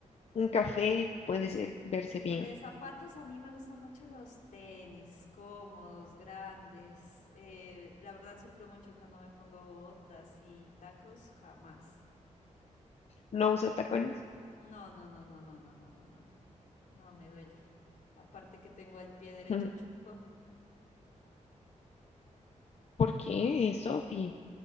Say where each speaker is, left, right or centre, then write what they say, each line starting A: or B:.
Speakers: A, on the left; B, on the left.
A: Un café puede ser- verse
B: Y
A: bien.
B: de zapatos, a mí me gustan mucho los tenis, cómodos, grandes. Eh, la verdad, sufro mucho cuando me pongo botas y tacos, jamás.
A: ¿No usas tacones?
B: No, no, no, no, no, no, no, no, no. No, me duele. Aparte que tengo el pie derecho
A: <laughs>
B: chueco.
A: ¿Por qué, Sofi?